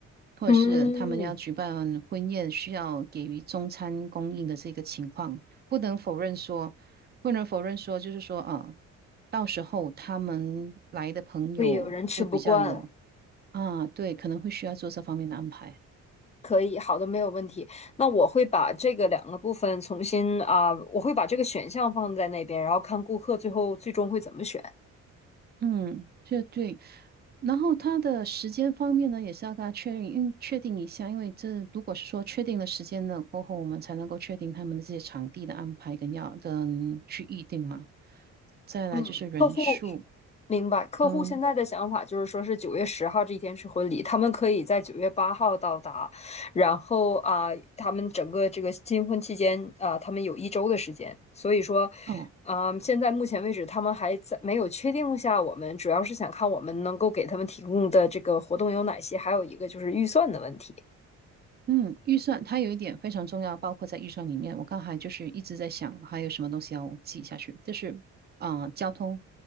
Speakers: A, on the right (about 30°); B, on the left (about 20°).
A: 或者是他们要举办婚宴需要给予中餐供应的这个情况，
B: 嗯，
A: 不能否认说，不能否认说，就是说啊，到时候他们来的朋友会比较有
B: 会有人吃不惯。
A: 啊，对，可能会需要做这方面的安排。
B: 可以，好的，没有问题。那我会把这个两个部分重新啊、我会把这个选项放在那边，然后看顾客最后最终会怎么选。
A: 嗯，这对。然后他的时间方面呢，也是要跟他确认，因为确定一下，因为这如果是说确定了时间了过后，我们才能够确定他们的这些场地的安排跟要跟去预定嘛。再来就是人数
B: 嗯，客户明白，客户现在的想法就是说是九月十号这一天是婚礼，
A: 跟，
B: 他们可以在九月八号到达，然后啊、他们整个这个新婚期间啊、他们有一周的时间，所以说，
A: 哦，
B: 啊、现在目前为止他们还在没有确定下我们，主要是想看我们能够给他们提供的这个活动有哪些，还有一个就是预算的问题。
A: 嗯，预算它有一点非常重要，包括在预算里面。我刚才就是一直在想，还有什么东西要记下去，就是啊、呃交通。